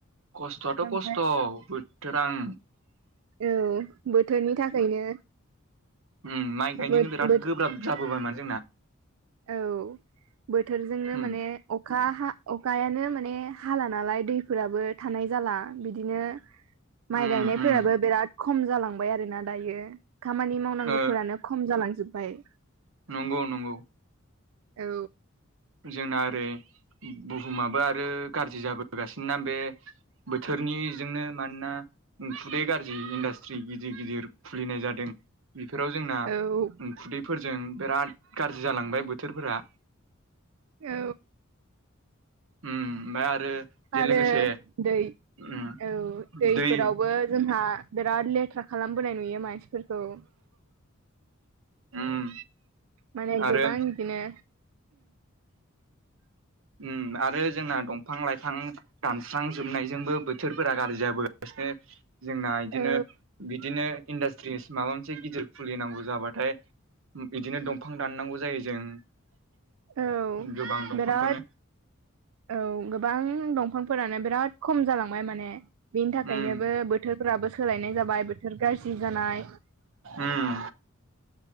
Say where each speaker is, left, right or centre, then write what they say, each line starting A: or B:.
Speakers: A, on the right (about 70°); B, on the right (about 85°).
A: खस्थ'आथ'
B: ओमफ्राय
A: खस्थ' बोथोर उम
B: औ बोथोरनि थाखायनो
A: उम माइ गायनोनो
B: बो-बोथ
A: बिराद गोब्राब जाबोबाय माने जोंना
B: औ बोथोरजोंनो
A: उम
B: माने अखा हा अखायानो माने हाला नालाय दैफोराबो थानाय जाला बिदिनो माइ
A: उम
B: गायनायफोराबो
A: उम
B: बिराद खम जालांबाय आरोना दायो खामानि मावनांगौफोरानो
A: ओ
B: खम खम जालांजोबबाय।
A: नंगौ नंगौ।
B: औ।
A: जोंना ओरै बुहुमाबो आरो गाज्रि जाबोगासिनो ना बे बोथोरनिजोंनो मानोना उखुदै गाज्रि इन्डास्ट्रि गिदिर गिदिर खुलिनाय जादों। बेफोराव जोंना
B: औ
A: उ खुदैफोरजों बिराद गाज्रि जालांबाय बोथोरफोरा।
B: औ।
A: उम ओमफाय आरो बेजों
B: आरो
A: लोगोसे
B: दै
A: उम
B: औ दैफोरावबो
A: दै
B: जोंहा बिराद लेथ्रा खालामबोनाय नुयो मानसिफोरखौ।
A: उम
B: माने
A: आरो
B: गोबां बिदिनो
A: उम आरो जोंना दंफां-लाइफां दानस्रांजोबनायजोंबो बोथोरफोरा गाज्रि जाबोगासिनो जोंना इदिनो
B: औ
A: बिदिनो इन्डास्ट्रिस माबा मोनसे गिदिर खुलिनांगौ जाबाथाय बिदिनो दंफां दाननांगौ जायो जों
B: औ
A: गोबां दंफांखोनो
B: बिराद औ गोबां दंफांफोरानो बिराद खम जालांबाय माने बेनि थाखायनोबो
A: उम
B: बोथोरफोराबो सोलायनाय जाबाय बोथोर गाज्रि जानाय
A: उम